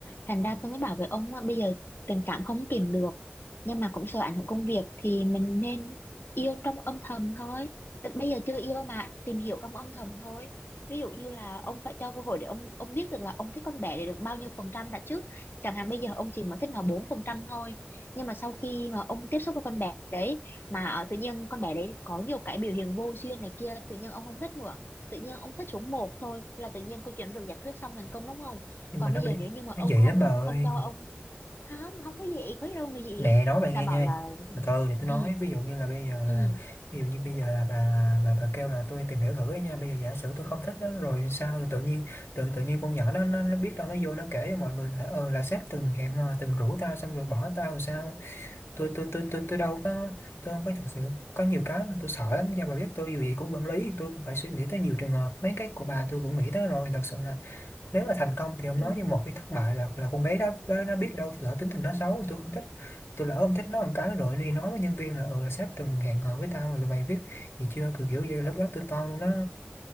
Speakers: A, on the left (about 60°); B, on the left (about 85°).
A: thành ra tôi mới bảo với ông á, bây giờ tình cảm không kìm được nhưng mà cũng sợ ảnh hưởng công việc thì mình nên yêu trong âm thầm thôi Tức bây giờ chưa yêu mà tìm hiểu trong âm thầm thôi ví dụ như là ông phải cho cơ hội để ông ông biết được là ông thích con bé để được bao nhiêu phần trăm đã trước chẳng hạn bây giờ ông chỉ mới thích nó bốn phần trăm thôi nhưng mà sau khi mà ông tiếp xúc với con bé đấy mà ờ, tự nhiên con bé đấy có nhiều cái biểu hiện vô duyên này kia tự nhiên ông không thích nữa tự nhiên ông thích xuống một thôi là tự nhiên câu chuyện được giải quyết xong thành công đúng không
B: nhưng
A: còn
B: mà nó
A: bây
B: bị
A: giờ nữa nhưng mà ông
B: nó dị
A: không
B: lắm bà ơi
A: không cho ông không không có gì có gì đâu mà gì
B: nè nói bà nghe
A: đã bảo
B: nha
A: là
B: từ từ để tôi
A: ừ
B: nói ví dụ như là bây giờ là
A: ừ
B: ví dụ như bây giờ là bà là bà, bà kêu là tôi tìm hiểu thử ấy nha bây giờ giả sử tôi không thích nó rồi sao rồi tự nhiên tự tự nhiên con nhỏ nó nó, nó biết đâu nó vô nó kể cho mọi người là ờ là sếp từng hẹn hò, từng rủ tao xong rồi bỏ tao rồi sao tôi tôi tôi tôi tôi đâu có tôi không có thật sự có nhiều cái mà tôi sợ lắm do bà biết tôi dù gì cũng quản lý tôi cũng phải suy nghĩ tới nhiều trường hợp mấy cái của bà tôi cũng nghĩ tới rồi thật sự là nếu mà thành công thì không
A: ừ
B: nói nhưng một khi thất bại là là con bé đó nó, nó biết đâu lỡ tính tình nó xấu thì tôi không thích tôi lỡ không thích nó một cái rồi đi nói với nhân viên là ừ là sếp từng hẹn hò với tao rồi tụi mày biết gì chưa kiểu kiểu như lúc đó tôi toan luôn đó